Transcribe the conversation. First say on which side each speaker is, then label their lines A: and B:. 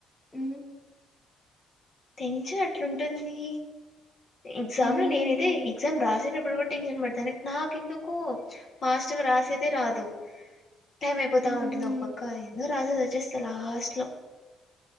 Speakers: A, on the left; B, on the left.
A: ఉ
B: టెన్షన్ అట్లుంటుంది ఎగ్జామ్
A: మ్మ్
B: లో నేనైతే ఎగ్జామ్ రాసేటప్పుడు ఇప్పుడు కూడా టెన్షన్ పడతాను, నాకు ఎందుకు ఫాస్ట్గా రాసేదే రాదు. టైం అయిపోతా
A: మ్మ్
B: ఉంటుంది ఒక పక్క ఏందో రాసేసి చేస్త లాస్ట్ లో